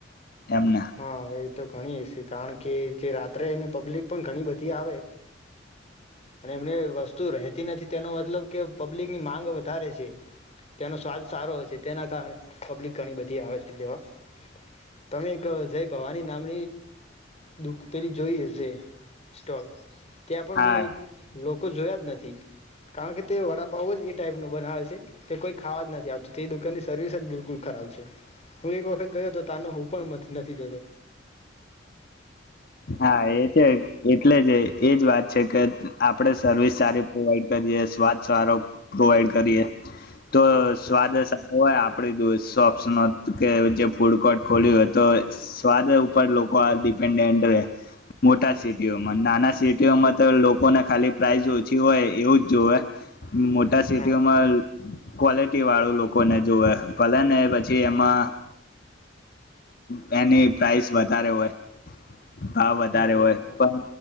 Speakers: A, on the left; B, on the left.
A: એમને
B: હા એ. તો ગણી હ છે કારણ કે જે રાત્રેને પબ્લિક પણ ઘણી બધી આવે અને એમને વસ્તુ રહેતી નથી તેનો મતલબ કે પબ્લિક ની માંગ વધારે છે તેનો સ્વાદ સારો છે તેના કારણે પબ્લિક ઘણી બધી આવે છે લેવા તમે જય ભવાની નામ દુ પેલી જોઈશે સ્ટોલ ત્યા પણ
A: હા
B: મેં લોક લોકો જોયા જ નથી કારણ કે તે વડાપાઉ જ એ ટાઈપનો બનાવે છે કે કોઈ ખાવા જ નથી આવતું તે દુકાનની સર્વિસ જ બિલકુલ ખરાબ છે હું એક વખત ગયો તો તાનો હું પણ મ નથી દતો.
A: હા એ છે એટલે જ એજ વાત છે કે આપણેે સર્વિસ સારી પ્રોવાઈડ કરીએ સ્વાદ સારો પ્રોવાઈડ કરીએ. તો સ્વાદ
B: હા
A: સારો હોય આપડી દ સોફ્ટ ઓ્શન હતું કે જે ફૂડ કોર્ટ ખોલ્યું હોય તો સ્વાદ ઉપર લોકો આ ડિપેન્ડન્ટ મોટા સિટીઓમાં નાના સિટીઓમાં તો લોકોને ખાલી પ્રાઇઝ ઓછી હોય એવું જ જોવે. મોટા સિટીઓમાં
B: હા
A: ક્વલિટી વાળું લોકોને જોવે ભલે ને પછી એમાં એની પ્રાઇસ વધારે હોય. ભાવ વધારે
B: હા બરાબર
A: હોય પણ.